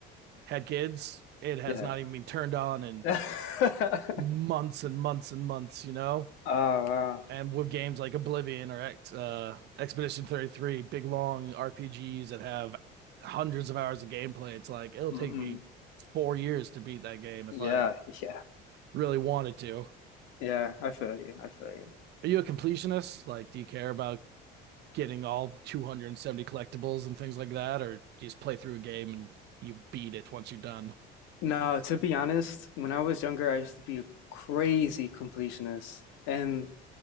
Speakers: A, on the right (about 60°); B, on the left (about 85°).
A: had kids. It has
B: Yeah.
A: not even been turned on in
B: <laughs>
A: months and months and months, you know.
B: Oh wow.
A: And with games like Oblivion or uh, Expedition Thirty Three, big long RPGs that have hundreds of hours of gameplay, it's like it'll
B: hmm
A: take me four years to beat that game if
B: Yeah,
A: I
B: yeah.
A: really wanted to.
B: Yeah, I feel you. I feel you.
A: Are you a completionist? Like, do you care about getting all 270 collectibles and things like that, or you just play through a game and you beat it once you're done.
B: No, to be honest, when I was younger, I used to be a crazy completionist. And